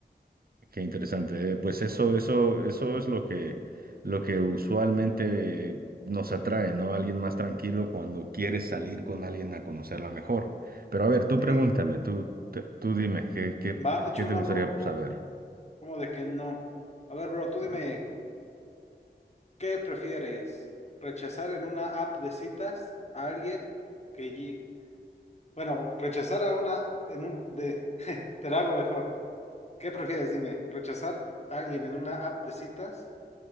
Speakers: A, on the right; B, on the left.
A: Qué interesante. eh, Pues eso, eso, eso es lo que, lo que usualmente nos atrae, ¿no? Alguien más tranquilo cuando quieres salir con alguien a conocerla mejor. Pero a ver, tú
B: Sí.
A: pregúntame, tú, te- tú dime, ¿qué, qué,
B: Va, te echo
A: qué te
B: una,
A: gustaría
B: bro. ¿Cómo,
A: saber?
B: cómo de que no? A ver, bro, tú dime,
A: Ah,
B: ¿qué prefieres? ¿Rechazar en una app de citas a alguien que, Bueno, rechazar a una en un de <laughs> te la hago mejor. ¿Qué prefieres? Dime, rechazar a alguien en una app de citas